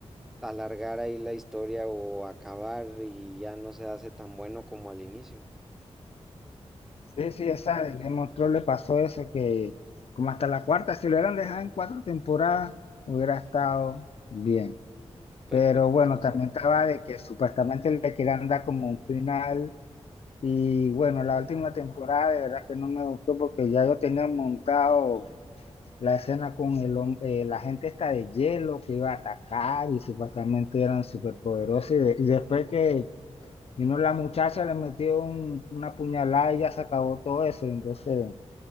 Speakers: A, in the centre; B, on the left (about 60°).
A: alargar ahí la historia o acabar y ya no se hace tan bueno como al inicio.
B: Sí, sí, esa de Game of Thrones le pasó eso, que como hasta la cuarta, si lo hubieran dejado en cuatro temporadas, hubiera estado bien.
A: Perfecto.
B: Pero bueno, también estaba de que supuestamente le querían dar como un final. Y bueno, la última temporada de verdad que no me gustó porque ya yo tenía montado la escena con el, hom- eh, la gente esta de hielo que iba a atacar y supuestamente eran superpoderosos. Y, de- y después que vino la muchacha, le metió un- una puñalada y ya se acabó todo eso. Entonces